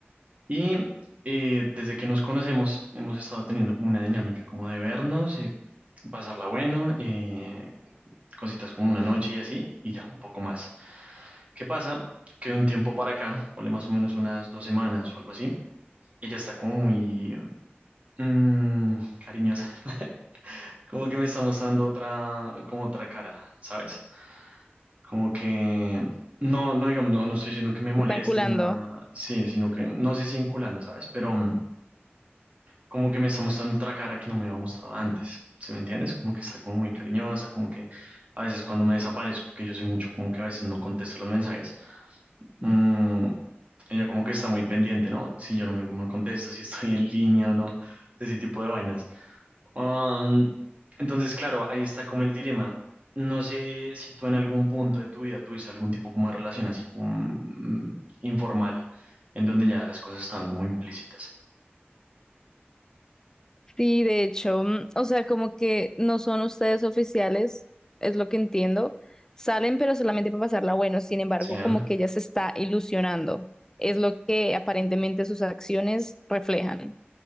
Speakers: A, on the right; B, on the left.
A: Y eh, desde que nos conocemos hemos estado teniendo como una dinámica como de vernos, eh, pasarla bueno, eh, cositas como una noche y así, y ya, un poco más. ¿Qué pasa? Que de un tiempo para acá, ponle más o menos unas dos semanas o algo así, ella está como muy mm, cariñosa, <laughs> como que me está mostrando otra, como otra cara, ¿sabes? Como que... No, no digamos, no, no estoy diciendo que me moleste
B: ¿Te ¿Están culando?
A: ni nada, sí, sino que no sé si vinculando, ¿sabes? Pero mm, como que me está mostrando otra cara que no me había mostrado antes, ¿sí me entiendes? Como que está como muy cariñosa, como que a veces cuando me desaparezco, que yo soy mucho como que a veces no contesto los mensajes, mm, ella como que está muy pendiente, ¿no? Si yo no me no contesto, si estoy en línea o no, ese tipo de vainas. Um, entonces, claro, ahí está como el dilema. No sé si tú en algún punto de tu vida tuviste algún tipo como de relación así como mm, informal, en donde ya las cosas estaban como implícitas.
B: Sí, de hecho, mm, o sea, como que no son ustedes oficiales, es lo que entiendo. Salen, pero solamente para pasarla bueno. Sin
A: O
B: embargo,
A: sea,
B: como que ella se está ilusionando. Es lo que aparentemente sus acciones reflejan.